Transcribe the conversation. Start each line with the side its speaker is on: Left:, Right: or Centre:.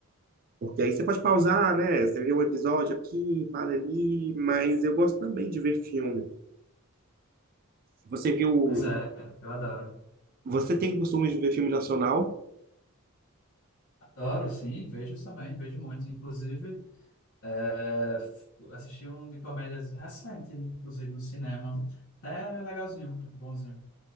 Right: porque aí você pode pausar, né? Você vê um episódio aqui, para ali, mas eu gosto também de ver filme. Você viu.
Left: Pois é, eu adoro.
Right: Você tem costume de ver filme nacional?
Left: Adoro, sim, vejo também, vejo muito. Inclusive, é, f- assisti um de comédias recente, inclusive no cinema. Até legalzinho, bonzinho.